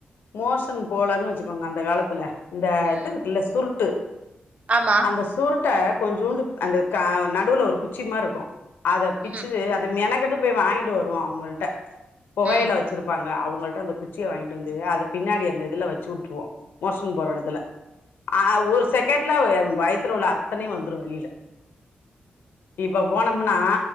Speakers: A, on the left (about 85°); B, on the right (about 45°).
A: மோஷன் போலன்னு வச்சுக்கோங்க அந்த காலத்து தில இந்த இது
B: ம்
A: இருக்குல்ல சுருட்டு
B: ஆமா
A: அந்த சுருட்ட கொஞ்சோண்டு அந்த க நடுவுல ஒரு குச்சி மாரி இருக்கும் அத பிச்சு
B: ம்
A: அத மெனக் அங்கிட்டு போய் வாங்கிட்டு வருவோம் அவங்கள்ட புகையில
B: ம்
A: வச் இருப்பாங்க அவங்கள்ட அந்த குச்சிய வாங்கிட்டு வந்து அத பின்னாடி அந்த இதில வச்சு விட்ருவோம் மோசன் போற எடத்துல அ ஒரு செகண்ட்ல வயித்துல உள்ள அத்தனையும் வந்துரும் வெளியில இப்ப போனம்னா